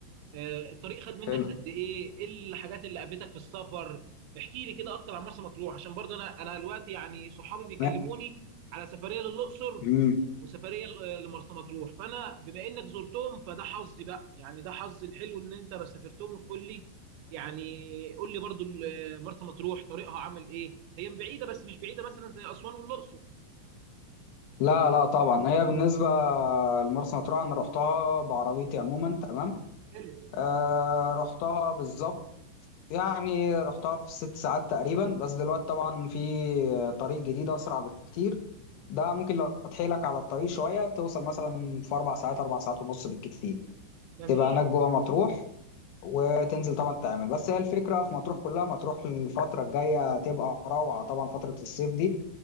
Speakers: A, on the right (about 80°); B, on the left (about 80°).
A: آه، الطريق خد منك
B: حلو
A: قد ايه؟ ايه الحاجات اللي قابلتك في السفر؟ احكي لي كده اكتر عن مرسى مطروح عشان برضه انا انا دلوقتي يعني صحابي بيكلموني
B: ماشي.
A: على سفريه للاقصر
B: مم.
A: وسفريه ل- لمرسى مطروح فانا بما انك زرتهم فده حظي بقى يعني ده حظي الحلو ان انت بس سافرتهم وتقول لي يعني قول لي برضه ال- مرسى مطروح طريقها عامل ايه؟ هي بعيده بس مش بعيده مثلا زي اسوان والاقصر
B: لا لا طبعا هي بالنسبه لمرسى مطروح انا رحتها بعربيتي عموما تمام
A: حلو
B: آه رحتها بالظبط يعني رحتها في ست ساعات تقريبا بس دلوقتي طبعا في طريق جديد أسرع بكتير ده ممكن لو تحيلك على الطريق شوية توصل مثلا في أربع ساعات أربع ساعات ونص بالكتير
A: جميل
B: تبقى هناك جوه مطروح وتنزل طبعا تعمل بس هي الفكرة في مطروح كلها مطروح الفترة الجاية تبقى روعة طبعا فترة الصيف دي